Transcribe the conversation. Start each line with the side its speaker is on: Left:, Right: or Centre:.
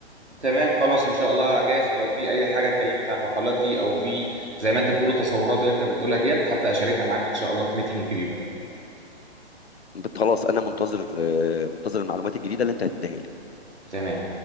Right: تمام خلاص ان شاء الله جايز لو في اي حاجة اتكلمت عن المقالات دي او في زي ما انت بتقول التصورات اللي انت بتقولها ديت هبدأ اشاركها معاك ان شاء الله في ميتنج جديدة
Left: بت- خلاص انا منتظر آه، منتظر المعلومات الجديده اللي انت هتديها لي
Right: تمام